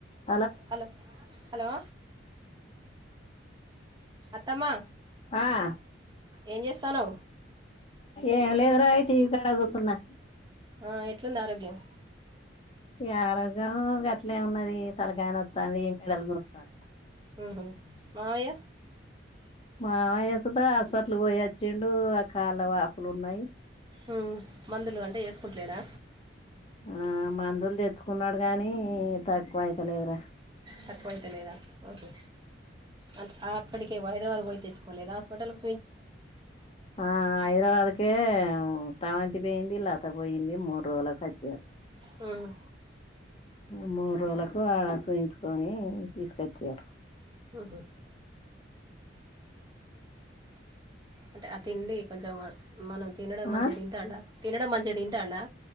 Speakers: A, on the left; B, on the right.
A: Hello
B: hello hello అత్తమ్మ
A: ఆ
B: ఏం చేస్తానవు
A: ఏం లేదు రా ఈ టీవీ కాడ కూసున్నా
B: ఆ ఎట్లుంది ఆరోగ్యం
A: ఇగ ఆరోగ్యం గట్లే ఉన్నది తలకాయ నోత్తంది మెడల్ గురస్తన్నయ్
B: మ్మ్ హ్మ్ మామయ్య
A: మావయ్యసుత హాస్పటల్కు పోయి వచ్చిండు ఆ కాళ్ళ వాపులున్నాయి
B: మ్మ్ మందులు అంటే ఏసుకుంట్లేడా
A: ఆ మందులు తెచ్చుకున్నడు గానీ తక్కువ అయితలేద్రా
B: తక్కువ అయితలేదా ఓహో అంటే ఆ అక్కడికే హైదరాబాద్ పోయి తెచ్చుకోలేదా హాస్పిటల్ కు
A: ఆ హైదరాబాద్కే స్రవంతిపోయింది లత పోయింది మూడ్రోజులకు వచ్చిరు
B: మ్మ్
A: ఇగ మూడ్రోలకు ఆడ చూయించుకొని తీసుకొచ్చిర్రు
B: మ్మ్ హ్మ్ అంటే ఆ తిండి కొంచెం మనం తినడం మంచిగా
A: ఆ
B: తింటాండా తినడం మంచిగా తింటాండా